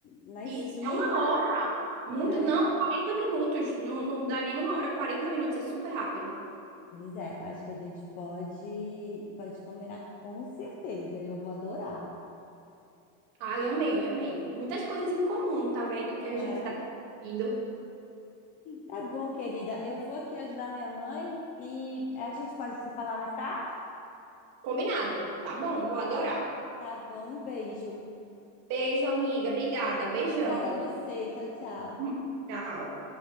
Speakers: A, on the left; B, on the right.
A: Na
B: isso.
A: esquina,
B: É uma hora.
A: né?
B: Muito, não, 40 minutos. Não, não dá nenhuma hora, 40 minutos. É super rápido.
A: Pois é, acho que a gente pode, pode combinar com certeza. Eu vou adorar.
B: Ai, amei, amei. Muitas coisas em comum, tá vendo? Que
A: Não
B: a gente
A: é?
B: tá indo.
A: Tá bom, querida. Eu vou aqui ajudar minha mãe e a gente pode se falar mais tarde?
B: Combinado. Tá bom, vou adorar.
A: Tá bom, um beijo.
B: Beijo, amiga. Obrigada. Beijão.
A: Obrigada a você. Tchau, tchau.
B: Hum, Tchau.